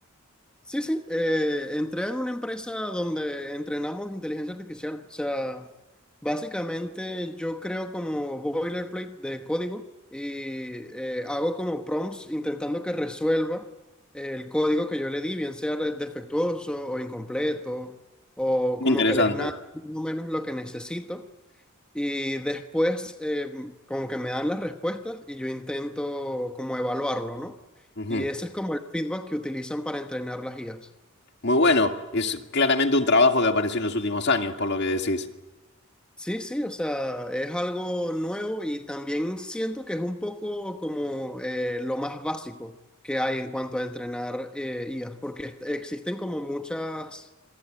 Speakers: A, in the centre; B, on the left.
A: Sí, sí. eh, entré en una empresa donde entrenamos inteligencia artificial. O sea, básicamente yo creo como boilerplate de código y eh, hago como prompts intentando que resuelva el código que yo le di, bien sea de- defectuoso o incompleto, o como
B: Interesante.
A: que les narro más o menos lo que necesito. Y después, eh, como que me dan las respuestas y yo intento como evaluarlo, ¿no?
B: Ujú.
A: Y ese es como el feedback que utilizan para entrenar las guías.
B: Muy bueno, es claramente un trabajo que apareció en los últimos años, por lo que decís.
A: Sí, sí, o sea, es algo nuevo y también siento que es un poco como eh, lo más básico que hay en cuanto a entrenar eh, IAs, porque est- existen como muchas